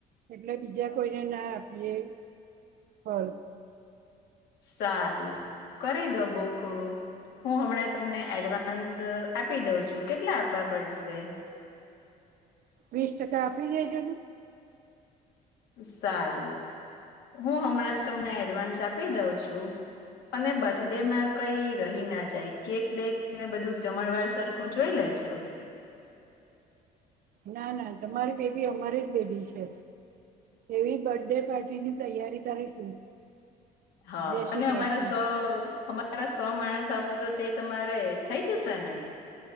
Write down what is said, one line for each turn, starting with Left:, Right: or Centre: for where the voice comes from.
Right: એટલે બીજા કોઈને ના આપીએ. હ <inaudible>
Left: સારું કરી દો બુક. હું હમણાં તમને એડવાન્સ આપી દઉં છું કેટલા આપવા પડશે?
Right: વીસ ટકા આપી દેજો ને.
Left: સારું હું હમણાં તમને એડવાન્સ આપી દઉં છું. અને બર્થડે મા કઈ રહી ના જાય કેક બેગ ને બધું જમણવાર સરખું જોઈ લેજો.
Right: ના ના તમારી બેબી અમારી જ બેબી છે. એવી બર્થ ડે પાર્ટીની તૈયારી કરીશું
Left: હા
Right: જય
Left: અને
Right: શ્રી કૃષ્ણ
Left: અમારા સો તારા સો માણસ આવશે તો તે તમારે થઈ જશે ને!